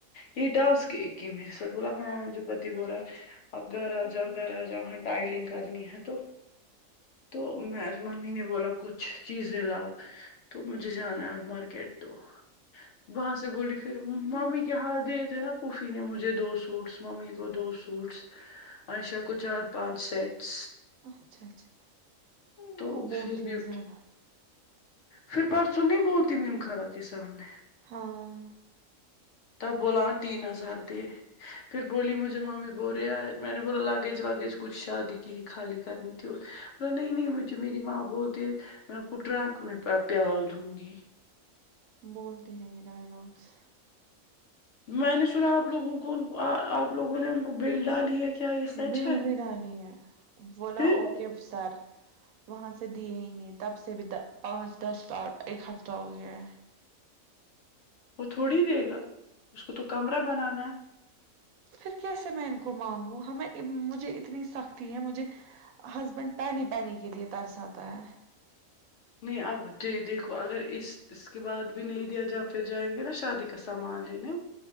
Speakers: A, on the left; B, on the right.
A: یہی ڈاس کے ایک ہی میرے سے بولا ہاں مجھے ب ب رہا ہے اب گھر آ جاؤ گھر آ جاؤ وہاں ڈائلنگ کرنی ہے تو تو میں ممی نے بولا کچھ چیزیں لاؤ تو مجھے جانا ہے مارکیٹ تو وہاں سے بولی پھر ممی کیا ہاتھ دیئے تھے نا پوفی نے مجھے دو سوٹس ممی کو دو سو فوٹس عشیا کو چار پانچ سیٹس
B: اچھا اچھا
A: تو
B: وہ بولتی
A: پھر بھی
B: ہیں زیادہ
A: پھر پرسوں نہیں بولتی میم خرا کے سامنے
B: ہاں
A: ت بلا تین ہزار د پھر بولی مجھے مامی بول رہے میں نے بولا لاگیج واگیج کچھ شادی کی خالی کرنے ت نہیں نہیں مجھے میری ماں بولتی میں کٹرا میں پ پیا دوں گی
B: بولتے ہیں یہ ڈائلاگس
A: میں نے سنا آپ لوگوں کو آپ لوگوں نے ان کو بل ڈالی ہے کیا یہ سچ
B: بل
A: ہے
B: بھی ڈالی ہے بولا
A: پھر
B: اوکے سر وہاں سے دیے ہی نہیں تب سے بھی پانچ دس اور ایک ہفتہ ہو گیا ہے
A: وہ تھوڑی دے گا اس کو تو کمرہ بنانا ہے
B: پھر کیسے میں ان کو مانگوں ہمیں مجھے اتنی سختی ہے مجھے ہسبینڈ پانی پانی کے لیے ترساتا ہے
A: نہیں اب ج دیکھو اگر اس اس کے بعد بھی نہیں دیا جب آپ پھر جائیں گے نا شادی کا سامان لینے